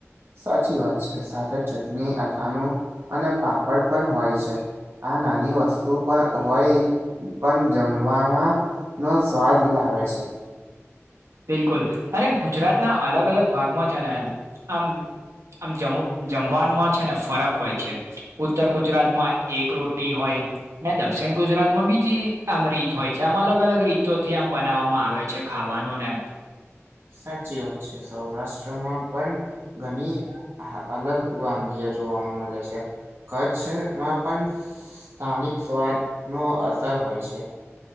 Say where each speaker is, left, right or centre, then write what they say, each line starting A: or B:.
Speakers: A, on the right; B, on the right.
A: સાચી વાત છે સાથે ચટણી, અથાણું અને પાપડ પણ હોય છે. આ નાની વસ્તુ પણ હોય પણ જમવામાં નો સ્વાદ લાવે છે.
B: બિલકુલ અને ગુજરાતના અલગ-અલગ ભાગમાં છે ને આમ આમ જમ જમવાનમાં છે ને ફરક હોય છે. ઉત ઉત્તર ગુજરાત માં એક રોટી હોય. ને દક્ષિણ ગુજરાતમાં બીજી આમ રીત હોય છે આમ અલગ અલગ રીતોથી આમ બનાવવામાં આવે છે ખાવાનું ને
A: સાચી વાત છે સૌરાષ્ટ્રમાં પણ ઘણી અઅલગ વાનગીઓ જોવાવામાં મલે છે. કચ્છમાં પણ સસ્થાનિક સ્વાદ નો અસર હોય છે.